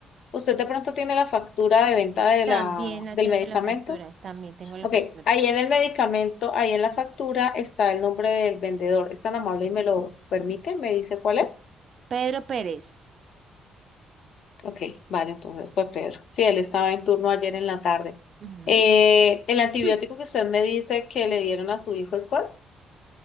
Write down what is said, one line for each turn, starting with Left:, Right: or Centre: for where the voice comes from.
Left: ¿Usted de pronto tiene la factura de venta de
Right: También
Left: la,
Right: la
Left: del
Right: tengo
Left: medicamento?
Right: la factura, también tengo la
Left: Ok,
Right: factura.
Left: ahí en el medicamento, ahí en la factura está el nombre del vendedor. ¿Es tan amable y me lo permite? ¿Me dice cuál es?
Right: Pedro Pérez.
Left: Ok, vale, entonces fue Pedro. Sí, él estaba en turno ayer en la tarde.
Right: Ujú.
Left: Eh, ¿el antibiótico
Right: <laughs>
Left: que usted me dice que le dieron a su hijo es cuál?